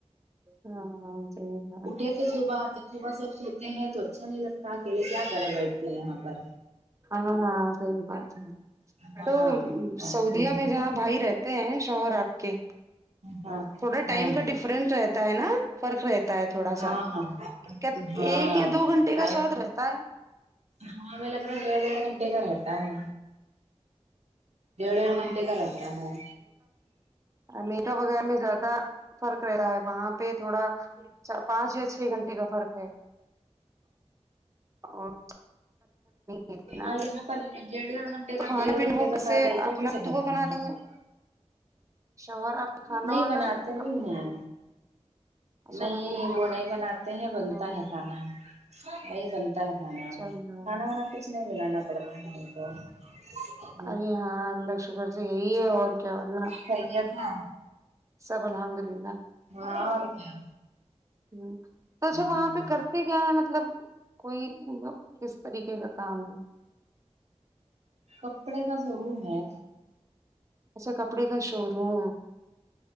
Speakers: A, on the right; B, on the right.
A: ہاں صحیح بات
B: اٹھے تھے صبح جب صبح سب سوتے ہیں تو اچھا نہیں لگتا اکیلے کیا کریں بیٹھتے ہیں یہاں پر <inaudible>
A: ہاں ہاں صحیح بات ہے
B: ہاں
A: تو
B: اوکے
A: سعودیہ
B: ہم
A: میں
B: بھی
A: جہاں بھائی ر ہتے ہیں شوہر آپ کے
B: ہاں
A: تھوا
B: ہاں
A: ٹائم کا ڈ فرنٹ رہتا ہے نا فرق رہ تا ہے تھوڑا
B: ہاں
A: سا
B: ہاں
A: کیا ایک یا دو گھنٹے
B: ٹائم
A: کا شاید رہتا ہے
B: ہاں ہمیں لگ رہا ڈیڑھ ڈیڑھ گھنٹے کا رہتا ہے ڈیڑھ
A: ہے
B: ڈیڑھ گھنٹے کا رہتا ہاں
A: امریکہ وغیرہ میں زیادہ فرق رہتا ہے وہاں پہ تھوڑا چ پانچ یا چھ گھنٹے کا فرق ہے اور اتنا
B: ہاں یہاں پر ڈیڑھ ڈڑھ گھنٹے کا
A: کھانا
B: ڈیڑھ
A: پینا
B: گھنٹے
A: وہ
B: کا
A: کیسے
B: شاید ایسے
A: اپنا
B: کچھ
A: خطبہ
B: رہتا
A: بنا
B: ہے
A: دیںے شوہر آپ کے کھانا
B: نہیں
A: وانا
B: بناتے نہیں
A: اپنی
B: ہیں
A: اچھا
B: نہیں
A: وہیں پہ
B: وہ نہیں بناتے ہیں بنتا
A: ہوا
B: ہے کھانا وہی بنتا ہے کھانا
A: چلو
B: کھانا وانا کچھ نہیں بنانا پڑتا ہے انہیں تو
A: ارے ہاں اللہ شکر سے یہی اور کیا اور نہ
B: خیریت ہے
A: سب الحمد للہ
B: ہاں اور کیا
A: ہاں
B: ہوں
A: تو اچھا وہاں پہ کر سے کیا ہے مطلب کوئی مطلب کس طریقے کا کام ہے
B: کپڑے کا شو روم ہے
A: اچھا کپڑے کا شو روم